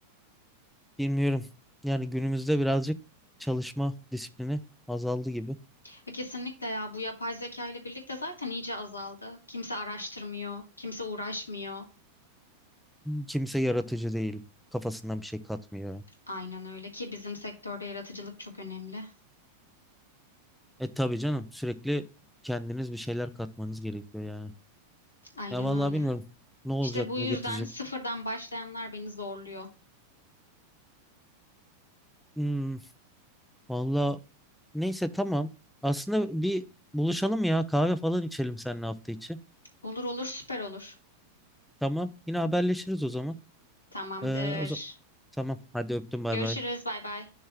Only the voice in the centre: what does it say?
Bilmiyorum. Yani günümüzde birazcık çalışma disiplini azaldı gibi.
Kimse yaratıcı değil. Kafasından bir şey katmıyor.
E tabii canım sürekli kendiniz bir şeyler katmanız gerekiyor yani.
Ya vallahi
bilmiyorum ne olacak
ne
getirecek.
Hmm, vallahi neyse tamam. Aslında bir buluşalım ya kahve falan içelim seninle hafta içi.
Tamam yine haberleşiriz o zaman.
Ee, o zaman tamam hadi öptüm bay
bay.